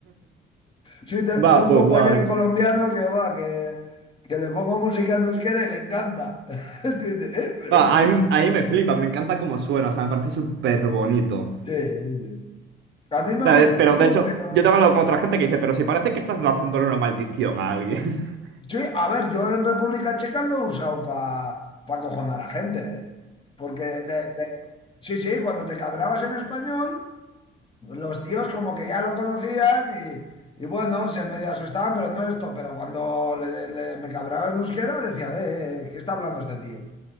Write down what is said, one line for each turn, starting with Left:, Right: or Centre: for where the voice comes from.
Left: Sí, te-
Right: Va,
Left: tengo un
Right: pues
Left: compañero
Right: guay.
Left: colombiano que va, que, que le pongo música en euskera y le encanta. <laughs> Y dice, "Eh, pero
Right: Va,
Left: esto...
Right: a mí, a mí me flipa, me encanta cómo suena, o sea, me parece súper bonito. O
Left: Sí, sí. A mí me
Right: sea,
Left: gusta,
Right: de- pero de hecho,
Left: pero
Right: yo tengo hablado con otra gente que dice, pero si parece que estás lanzándole una maldición a alguien. <laughs>
Left: Sí, a ver, yo en República Checa lo he usado para acojonar a gente, ¿eh? Porque, de- de- sí, sí, cuando te cabrabas en español, los tíos como que ya lo conocían y, y bueno, se medio asustaban, pero no esto. Pero cuando le- le- me cabraba en euskera, decía, eh, eh, eh, ¿qué está hablando este tío?